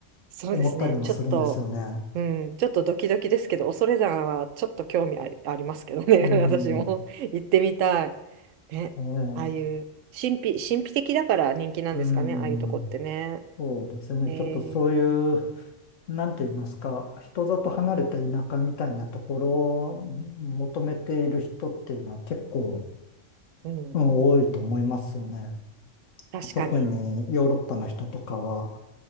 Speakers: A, on the right; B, on the left.
A: そうですね。
B: 思ったりもするんですよね。
A: ちょっと、うん、ちょっとドキドキですけど、恐山はちょっと興味あり、ありますけどね。
B: うん、
A: <laughs> 私も行ってみたい。ね。
B: ええ、
A: ああいう、神秘、神秘的だから人気なんですかね。
B: うん、
A: ああいうとこってね。
B: そうですね。
A: え
B: ちょっとそういう、
A: ー、
B: なんて言いますか、人里離れた田舎みたいなところを求めている人っていうのは結構、
A: うん。
B: うん、多いと思いますよね。
A: 確かに。
B: 特にヨーロッパの人とかは、